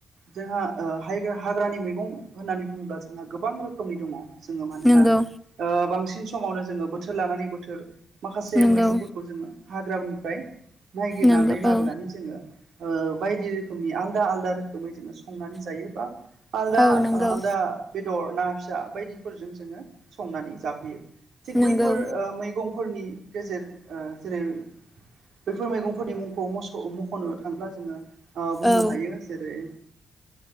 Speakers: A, on the right; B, in the centre.
A: जोंहा ह हाग्रानि मैगं होननानै बुङोब्ला जोंहा गोबां रोखोमनि दङ। जोङो मानोना
B: नंगौ
A: ओ- बांसिन समावनो जोङो बोथोर लानानै बोथोर माखासे
B: नंगौ
A: मैगंफोरखौ जोङो हाग्रानिफ्राय गिरनानै
B: नंगौ
A: लाबोनानै
B: औ
A: जोङो ओ- बायदि रोखोमनि आलदा आलदा रोखोमै जोङो संनानै जायो बा आलदा
B: औ नंगौ
A: आलदा बेदर ना फिसा बायदिफोरजों जोङो संनानै जाफैयो। थिग
B: नंगौ
A: बैफोर ओ- मैगंफोरनि गेजेर जेरै ओ बैफोर मैगंफोरनि मुंखौ म मख'नो थांगोन जोङो। ओ- बुंनो
B: औ
A: हायो जेरै